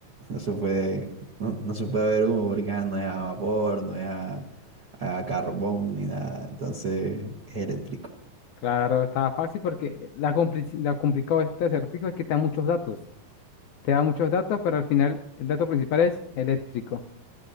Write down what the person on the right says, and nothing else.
no se puede, no, no se puede haber humo porque ajá, no es a vapor, no es a, a carbón ni nada. Entonces es eléctrico.